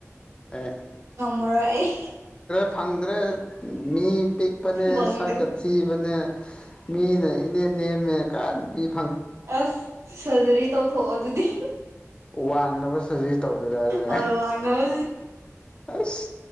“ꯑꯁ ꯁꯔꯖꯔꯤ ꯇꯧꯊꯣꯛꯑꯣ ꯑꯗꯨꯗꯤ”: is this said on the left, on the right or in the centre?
Right